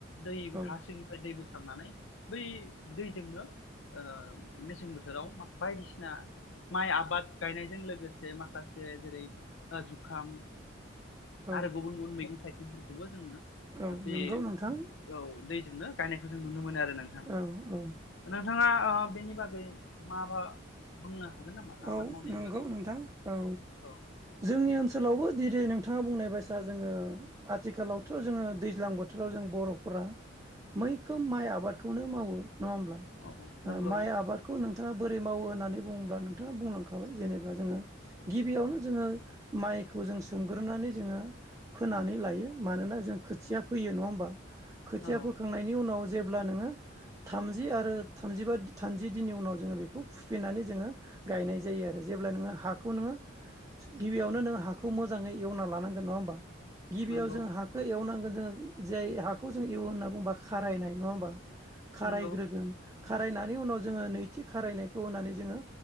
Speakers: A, on the left; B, on the right.
A: दै
B: औ
A: हासिंनिफ्राय दै बोखांनानै बै दैजोंनो आ मेसें बोथोराव म बायदिसिना माइ आबाद गायनायजों लोगोसे माखासे जेरै जुखाम
B: औ
A: आरो गुबुन गुबुन मैगं थाइगंफोरखौबो जोङो
B: औ
A: बे
B: नंगौ नोंथां
A: औ दैजोंनो गायनायखौ जों नुनो मोनो आरो ना
B: औ-औ
A: नोंथाङा बेनि बागै माबा बुंनो हागोन नामा आबाद
B: औ
A: मावनायनि
B: नंगौ
A: बागै
B: नोंथां औ
A: औ
B: जोंनि ओनसोलावबो दिनै नोंथाङा बुंनाय बायसा जोङो आथिखालावथ' जोङो दैज्लां बोथोराव जों बर'फोरा मैखोम माइ आबादखौनो मावो नङा होमब्ला
A: औ नंगौ
B: माइ आबादखौ नोंथाङा बोरै मावो होननानै बुङोब्ला नोंथाङा बुंलांखाबाय जेनेबा जोङो गिबियावनो जोङो माइखौ जों सोमग्रोनानै जोङो फोनानै लायो मानोना जों खोथिया फोयो नङा होमबा खोथिया
A: औ
B: फोखांनाय बेनि उनाव जेब्ला नोङो थामजि आरो थामजिबा थामजि दिननि उनाव जोङो बेखौ फुफैनानै जोङो गायनाय जायो आरो जेब्ला नोङो हाखौ नोङो गिबियावनो नोनों हाखौ मोजाङै एवना लानांगोन नङा होमबा गिबियाव
A: नंगौ
B: जों हाखौ इखौ एवनांगोन जोङो जाय हाखौ जों एवो होनना बुंबा खारायनाय नङा होमबा खारायग्रोगोन
A: नंगौ
B: खारायनानै उनाव जोङो नैथि खारायनायखौ होननानै जोङो